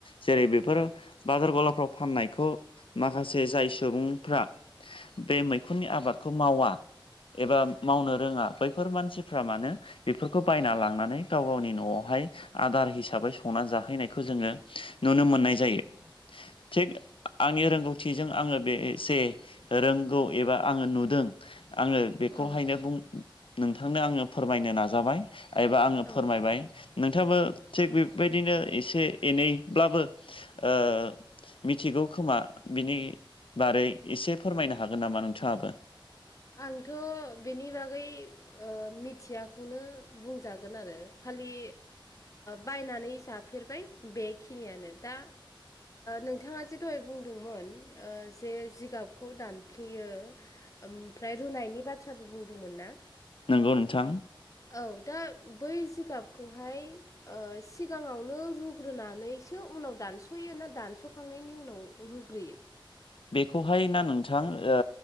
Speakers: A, on the left; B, on the left.
A: जेरै बेफोर बाजार गलाफ्राव फाननायखौ माखासे जाय सुबुंफ्रा बे मैखुननि आबादखौ मावा एबा मावनो रोङा बै बैफोर मानसिफ्रा मानो बेफोरखौ बायना लांनानै गाव गावनि न'आवहाय आदार हिसाबै संनानै जाहैनायखौ जोङो नुनो मोननाय जायो थिग आंनि रोंगौथिजों आङो बे एसे रोंगौ एबा आङो नुदों आङो बेखौ
B: औ
A: खौहायनो बुं नोंथांनो आङो फोरमायनो नाजाबाय एबा आङो फोरमायबाय
B: औ
A: नोंथाङाबो थिग बेफोरबायदिनो एसे एनैब्लाबो ओ मिथिगौखोमा बिनि बारै एसे फोरमायनो हागोन नामा नोंथाङाबो
B: आंथ' बेनि बागै मिथियाखौनो बुंजागोन आरो खालि बायनानै जाफेरबाय बेखिनियानो दा नोंथाङा जे दहाय बुंदोंमोन जे जिगाबखौ दानफ्लेयो ओमफ्राय रुनायनि बाथ्राबो बुंदोंमोन ना
A: नोंगौ नोंथां
B: औ दा बै जिगाबखौहाय सिगाङावनो रुग्रोनानैसो उनाव दानस'यो ना दानस'खांनायनि उनाव रुग्रोयो
A: बेखौहाय ना नोंथां ओ